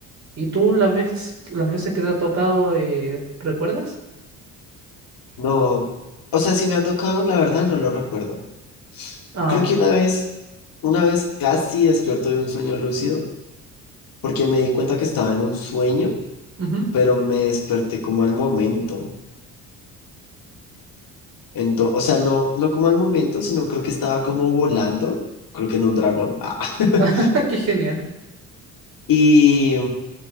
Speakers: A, on the right (about 45°); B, on the left (about 65°).
A: y tú las veces, las veces que te ha tocado, eh, recuerdas?
B: no. O sea, si me ha tocado, la verdad no lo recuerdo.
A: Ah,
B: Creo que una vez, una vez casi despierto de un sueño lúcido, porque me di cuenta que estaba en un sueño,
A: ujú.
B: pero me desperté como al momento. Entonces, o sea, no, no como al momento, sino creo que estaba como volando, creo que en un dragón. Ah. <laughs>
A: <laughs> Qué genial.
B: Y,